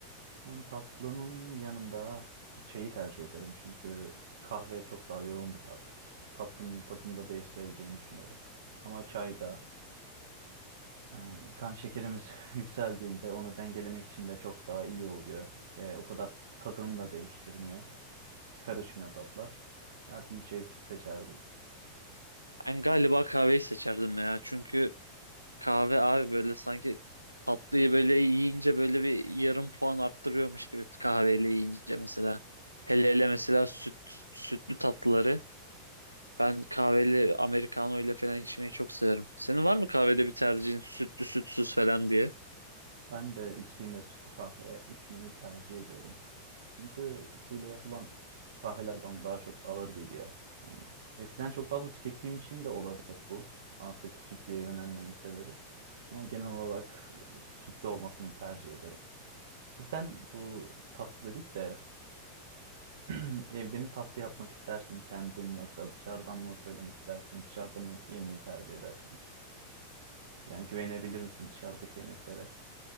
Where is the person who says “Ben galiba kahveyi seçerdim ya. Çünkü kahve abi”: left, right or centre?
Right